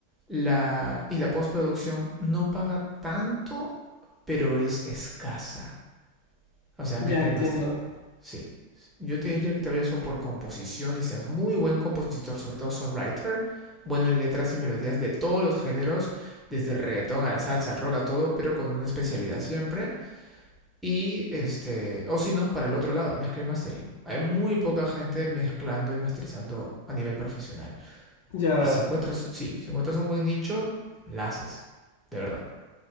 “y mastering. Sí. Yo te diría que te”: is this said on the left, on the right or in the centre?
Centre